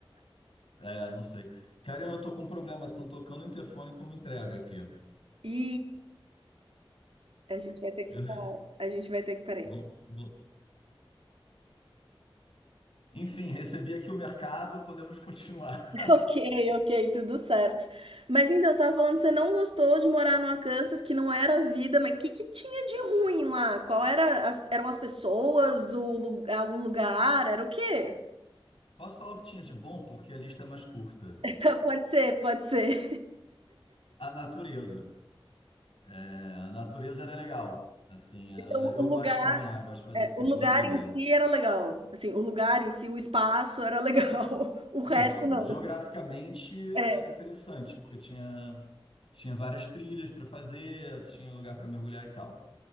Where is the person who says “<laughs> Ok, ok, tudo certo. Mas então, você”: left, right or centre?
Right